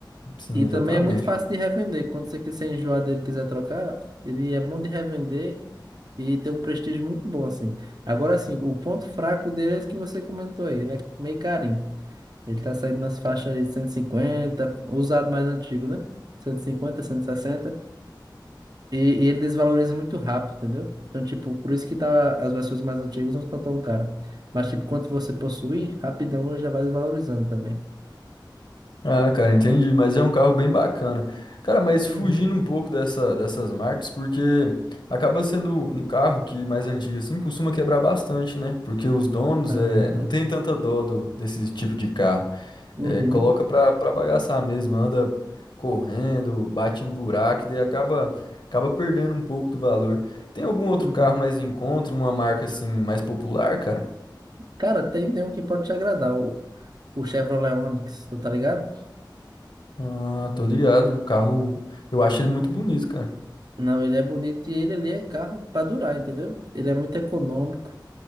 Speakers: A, on the left; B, on the right.
A: Sim,
B: E
A: exatamente.
B: também é muito fácil de revender. Quando você quiser enjoar dele, e quiser trocar, ele é bom de revender e tem um prestígio muito bom assim. Agora sim, o ponto fraco dele é esse que você comentou aí, ele é meio carinho. Ele tá saindo nas faixas aí de 150, usado mais antigo, né? Cento cento e cinquenta, cento e sessenta. E, e ele desvaloriza muito rápido, entendeu? Então, tipo, por isso que tá, as versões mais antigas não estão tão caras. Mas, tipo, quanto você possui, rapidão ele já vai desvalorizando também.
A: Ah, cara, entendi, mas é um carro bem bacana. Cara, mas fugindo
B: Uhum,
A: um pouco dessa, dessas marcas, porque acaba sendo um carro que mais antigo assim costuma quebrar bastante, né? Porque os donos
B: aham,
A: é, não tem tanta dó do, desse tipo de carro.
B: uhum,
A: É, coloca pra, pra bagaçar mesmo, anda correndo, bate em buraco, e daí acaba, acaba perdendo um pouco do valor. Tem algum outro
B: uhum.
A: carro mais em conta, uma marca assim mais popular, cara?
B: Cara, tem, tem um que pode te agradar, o, o Chevrolet Onix, tu tá ligado?
A: Ah, tô ligado. O carro, eu acho ele muito bonito, cara.
B: Não, ele é bonito e ele ali é carro pra durar, entendeu? Ele é muito econômico,